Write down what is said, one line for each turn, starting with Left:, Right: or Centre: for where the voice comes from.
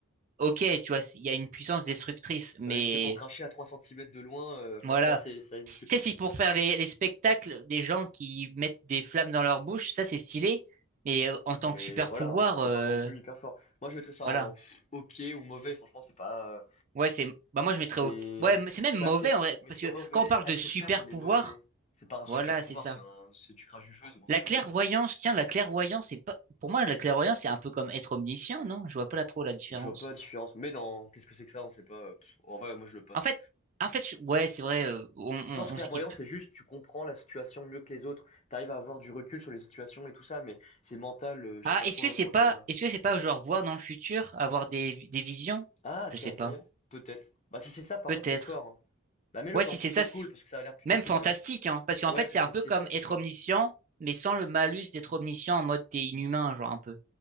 Right: OK, tu vois, il y a une puissance destructrice, mais
Left: euh, c'est pour cracher à 3 centimètres de loin. euh, franchement,
Right: Voilà.
Left: c'est ça risque.
Right: Si- Tu sais, si pour faire les, les spectacles, des gens qui mettent des flammes dans leur bouche, ça c'est stylé. Mais euh, en tant
Left: Mais
Right: que super
Left: voilà,
Right: pouvoir,
Left: hein, c'est
Right: euh,
Left: pas non plus hyper fort. Moi, je mettrais ça
Right: voilà.
Left: en pff, hockey ou mauvais. Franchement, c'est pas, euh,
Right: Ouais, c'est. Bah moi je mettrais
Left: c'est,
Right: au. Ouais, mais c'est même
Left: c'est
Right: mauvais
Left: acceptable.
Right: en vrai,
Left: Mais
Right: parce
Left: c'est
Right: que
Left: mauvais,
Right: quand on parle
Left: c'est
Right: de
Left: acceptable,
Right: super
Left: mais
Right: pouvoir,
Left: mauvais. C'est pas un super
Right: voilà,
Left: pouvoir.
Right: c'est ça.
Left: C'est un- si tu craches du feu, c'est bon, c'est
Right: La clairvoyance,
Left: ok.
Right: tiens, la clairvoyance, c'est pas. Pour moi, la clairvoyance, c'est un peu comme être omniscient, non? Je vois pas là trop la différence.
Left: Je vois pas la différence. Mais dans qu'est-ce que c'est que ça, on sait pas. Pff, en vrai, moi je le passe.
Right: En fait, en fait, je- ouais, c'est vrai, euh, on, on,
Left: Je pense que clairvoyant,
Right: on skip.
Left: c'est juste tu comprends la situation mieux que les autres. T'arrives à avoir du recul sur les situations et tout ça, mais c'est mental. euh, je
Right: Ah,
Left: sais pas
Right: est-ce
Left: trop
Right: que
Left: à
Right: c'est
Left: quoi
Right: pas,
Left: ça.
Right: est-ce que c'est pas genre voir dans le futur, avoir des, des visions?
Left: Ah,
Right: Je
Left: clairvoyant,
Right: sais pas.
Left: peut-être. Bah si c'est ça, par
Right: Peut-être.
Left: contre, c'est fort. hein. Bah mets-le
Right: Ouais,
Left: dans
Right: si c'est
Left: plutôt
Right: ça, c'est-
Left: cool parce que ça a l'air plutôt
Right: même
Left: cool
Right: fantastique,
Left: quand même.
Right: hein. Parce qu'en
Left: Ouais,
Right: fait,
Left: parce
Right: c'est un
Left: que
Right: peu
Left: si c'est
Right: comme
Left: ça, c'est
Right: être
Left: fort.
Right: omniscient, mais sans le malus d'être omniscient en mode t'es inhumain, genre un peu.